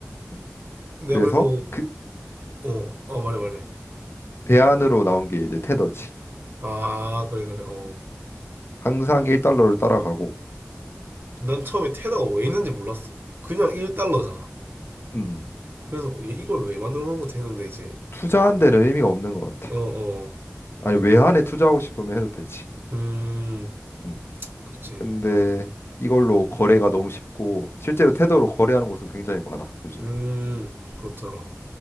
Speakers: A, on the left; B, on the right.
A: 응.
B: 내가
A: 그래서
B: 그래서,
A: 그
B: 어, 아, 말해, 말해.
A: 대안으로 나온 게 이제 테더지.
B: 아, 아, 그래, 그래, 어.
A: 항상 1달러를 따라가고
B: 난 처음에 테다가 왜 있는지 몰랐어. 그냥 1달러잖아.
A: 음.
B: 그래서 얘 이걸 왜 만들어 놓은 거지 했는데 이제
A: 투자한 데는 의미가 없는 것 같아.
B: 어, 어.
A: 아니
B: 약간
A: 외환에 투자하고 싶으면 해도 되지.
B: 음,
A: 음.
B: 그치.
A: 근데
B: 와.
A: 이걸로 거래가 너무 쉽고 실제로 테더로 거래하는 곳은 굉장히 많아 요즘에.
B: 음, 그렇더라.